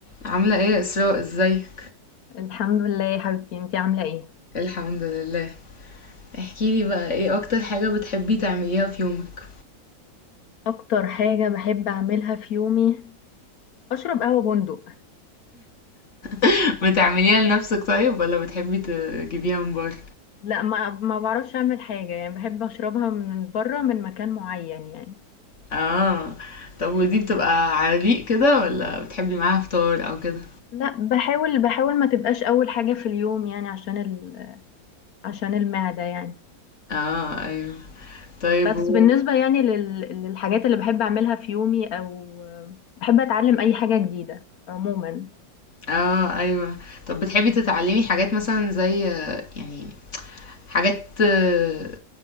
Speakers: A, on the left; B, on the left.
A: عاملة ايه يا اسراء ازيك
B: الحمد لله يا حبيبتي انتي عاملة ايه؟
A: الحمد لله احكيلي بقى ايه اكتر حاجة بتحبي تعمليها في يومك
B: اكتر حاجة بحب اعملها في يومي اشرب قهوة بندق
A: <laughs> بتعمليها لنفسك طيب ولا بتحبي تجيبيها من بره
B: لا ما ما بعرفش اعمل حاجة يعني بحب اشربها من بره من مكان معين يعني
A: اه طب ودي بتبقى على ريق كده ولا بتحبي معاها فطار او كده
B: لا بحاول بحاول ما تبقاش اول حاجة في اليوم يعني عشان ال... عشان المعدة يعني
A: اه ايوه طيب
B: بس
A: و...
B: بالنسبة يعني لل... للحاجات اللي بحب اعملها في يومي او بحب اتعلم اي حاجة جديدة عموما
A: اه ايوه طب بتحبي تتعلمي حاجات مثلا زي آه، يعني حاجات آه،